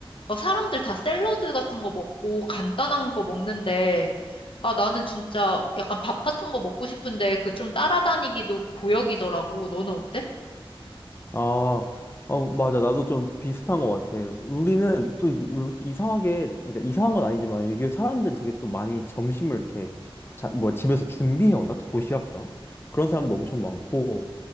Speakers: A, on the left; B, on the left.
A: 막 사람들 다 샐러드 같은 거 먹고 간단한 거 먹는데, 아, 나는 진짜 약간 밥 같은 거 먹고 싶은데 그 좀 따라다니기도 고역이더라고. 너는 어때?
B: 아, 어, 맞아. 나도 좀 비슷한 것 같아. 우리는 또 이- 왜 이렇게 이상하게, 그러니까 이상한 건 아니지만, 이게 사람들 되게 또 많이 점심을 이렇게, 자, 뭐 집에서 준비해 온다? 도시락처럼? 그런 사람도 엄청 많고,